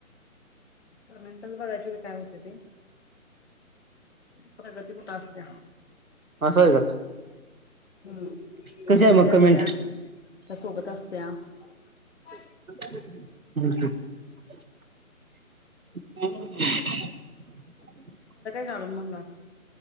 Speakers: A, on the left; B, on the right.
A: पर मिनटच बघायची क काय होते ते <inaudible> प्रगती कुठ असते.
B: ह सय का?
A: हम्
B: कशी आहे
A: घरी
B: मग
A: असत्या
B: कमेंट
A: त्या सोबत असत्या <inaudible>
B: <unintelligible> <unintelligible>
A: काून म्हणार.